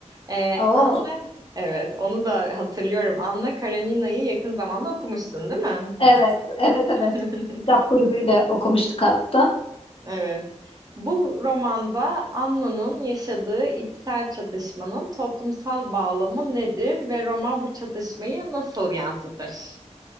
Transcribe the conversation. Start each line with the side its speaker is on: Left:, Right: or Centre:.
Right: Ee,
Left: Oo,
Right: Anna, evet onu da hatırlıyorum. Anna Karenina'yı yakın zamanda okumuştun, değil mi?
Left: evet, evet,
Right: <laughs>
Left: evet. Kitap kulübüyle okumuştuk hatta.
Right: Evet. Bu romanda Anna'nın yaşadığı içsel çatışmanın toplumsal bağlamı nedir ve roman bu çatışmayı nasıl yansıtır?